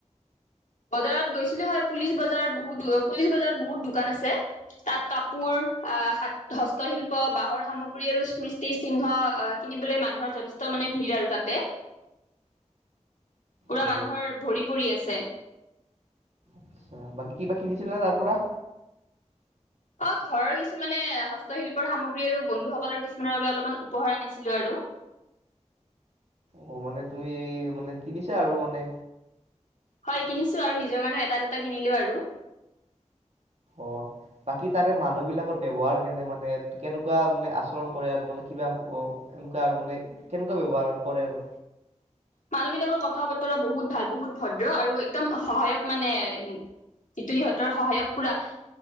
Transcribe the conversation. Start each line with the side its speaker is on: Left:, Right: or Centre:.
Left: বজাৰত গৈছিলো হয় পুলিচ বজাৰ বহুত পুলিচ বজাৰত বহুত দোকান আছে তাত কাপোৰ আহ হস্তশিল্প বাহৰ সামগ্ৰী আৰু স্মৃতি সিহ্ন আহ কিনিবলৈ মানুহৰ যথেষ্ট মানে ভিৰ আৰু তাতে পুৰা
Right: অ
Left: মানুহৰ ভৰি পৰি আছে
Right: আচ্ছা বাকী কিবা কিনিছিলা তাৰ পৰা
Left: অ ঘৰৰ কিছুমানে হস্তশিল্পৰ সামগ্ৰী আৰু বন্ধুসকলৰ কিছুমানৰ বাবে অলপমান উপহাৰ আনিছিলো আৰু
Right: অ মানে তুমি মানে কিনিছা আৰু মানে
Left: হয় কিনিছো আৰু নিজৰ কাৰণেও এটা দুটা কিনিলো আৰু
Right: অ বাকী তাৰে মানুহ বিলাকৰ ব্যৱহাৰ কেনে মানে কেনেকুৱা মানে আচৰণ কৰে আৰু মানে কিবা এনেকুৱা আৰু মানে কেনেকুৱা ব্যবহাৰ কৰে আৰু
Left: মানুহবিলাকৰ কথা বতৰা বহুত ভাল বহুত ভদ্ৰ আৰু একদম সহায়ক মানে যিটো সিহঁতৰ সহায়ক পুৰা